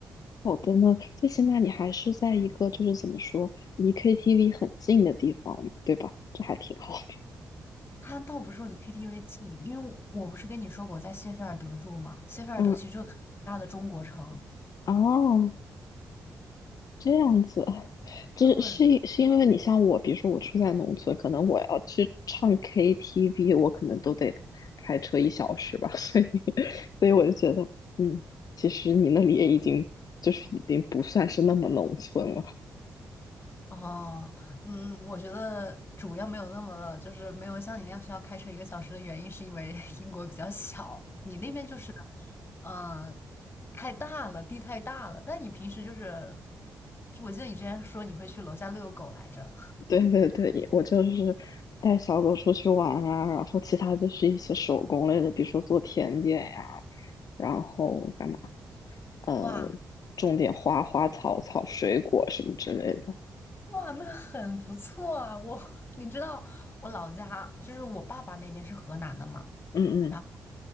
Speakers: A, on the left; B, on the left.
A: 好的呢，最起码你还是在一个就是怎么说离 KTV 很近的地方嘛，对吧？这还挺好的。
B: 他倒不是说离 KTV 近，因为我我不是跟你说过我在谢菲尔德住嘛，谢菲尔德其实就是很大的中国城。
A: 嗯，哦，这样子，这是因是因为你像我，
B: 对，
A: 比如说我住在农村，可能我要去唱 KTV，我可能都得开车一小时吧，<laughs> 所以所以我就觉得，嗯，其实你那里也已经就是已经不算是那么农村了。
B: 哦，嗯，我觉得主要没有那么，就是没有像你那样需要开车一个小时的原因，是因为 <laughs> 英国比较小，你那边就是，嗯、太大了，地太大了。但你平时就是，就我记得你之前说你会去楼下遛狗来着，
A: 对对对，也我就是带小狗出去玩啊，然后其他就是一些手工类的，比如说做甜点呀、然后干嘛，呃，
B: 哇，
A: 种点花花草草、水果什么之类的。
B: 哇，那很不错啊！我，<laughs> 你知道我老家就是我爸爸那边是河南的嘛，
A: 嗯嗯，
B: 然后